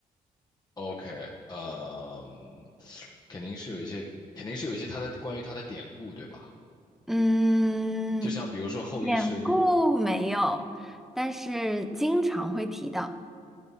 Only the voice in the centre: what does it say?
嗯，
典故没有，但是经常会提到。